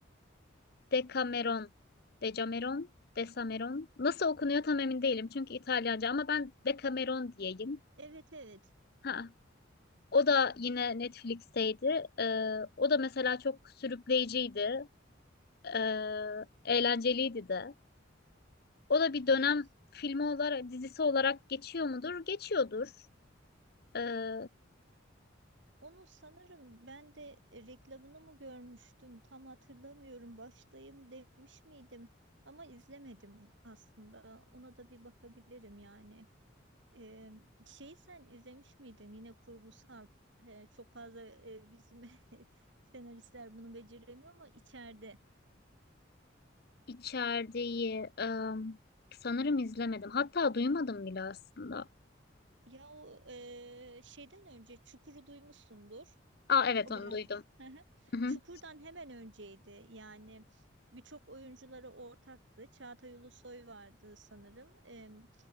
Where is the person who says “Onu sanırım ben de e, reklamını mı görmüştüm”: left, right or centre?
Right